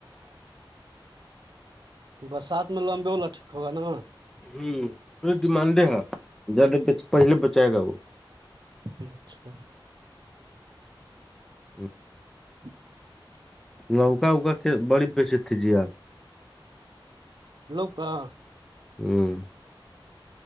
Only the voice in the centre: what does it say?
ہ پے ڈمانڈ دے ہا زدہ پہلے بچائے گا وہ
ہاں
نوکا اوکا بڑی پش تھی جی آپ
ہوں